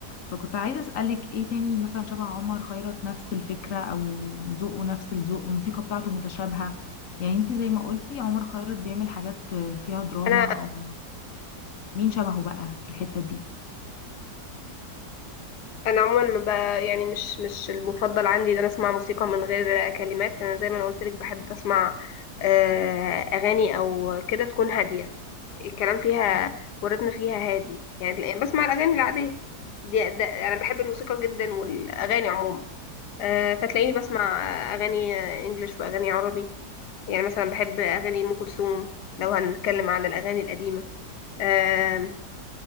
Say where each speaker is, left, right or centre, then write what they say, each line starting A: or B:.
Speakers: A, on the left; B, on the left.
A: فكنت عايزة أسألك إيه تاني مثلا شبه عمر خيرت نفس الفكرة أو ذوقه نفس الذوق الموسيقى بتاعته متشابهة يعني انت زي ما قلتي عمر خيرت بيعمل حاجات فيها دراما
B: انا
A: أو مين شبهه بقى في الحتة دي
B: انا عموما ما ب... يعني مش مش المفضل عندي ان انا اسمع موسيقى من غير كلمات انا زي ما انا قلت لك بحب اسمع آه، اغاني او كده تكون هاديه الكلام فيها
A: مم.
B: والريتم فيها هادي يعني بسمع الاغاني العاديه دي ده انا بحب الموسيقى جدا والاغاني عموما آه، فتلاقيني بسمع اغاني آه، انجليش واغاني عربي يعني مثلا بحب اغاني ام كلثوم لو هنتكلم عن الاغاني القديمه آم،